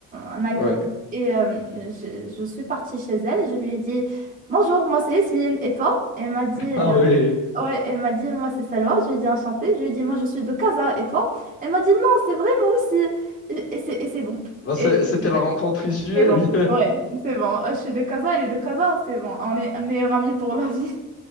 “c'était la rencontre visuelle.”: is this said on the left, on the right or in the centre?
Left